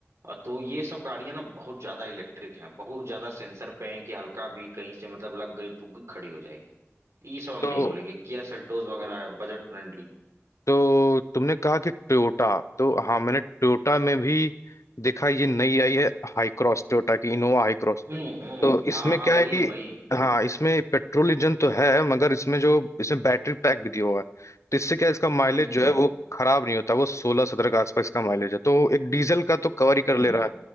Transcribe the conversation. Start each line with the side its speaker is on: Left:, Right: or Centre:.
Right: अ, तो ये सब गाड़ियां ना बहुत ज्यादा इलेक्ट्रिक हैं बहुत ज्यादा सेंसर पे हैं कि हल्का भी कहीं से मतलब लग गई ठुक गई खड़ी हो जाएंगी ये सब हम
Left: तो
Right: नहीं बोलेंगे किया सेल्टोस वगैरह है बजट फ्रेंडली
Left: तो तुमने कहा कि टोयोटा तो हाँ मैंने टोयोटा में भी देखा ये नई आई है हाई क्रॉस टोयोटा की इनोवा हाई
Right: हम्म हम्म
Left: तो इसमें
Right: हाँ हाँ
Left: क्या
Right: वही
Left: है कि
Right: वही
Left: हाँ इसमें पेट्रोल इंजन तो है मगर इसमें जो इसमें बैटरी पैक भी दिया हुआ है तो इससे क्या है, इसका माइलेज
Right: हम्म
Left: जो
Right: हम्म
Left: है वो खराब नहीं होता वो सोलह सत्रह के आसपास इसका माइलेज है तो एक डीजल का तो कवर ही कर
Right: हम्म
Left: ले रहा है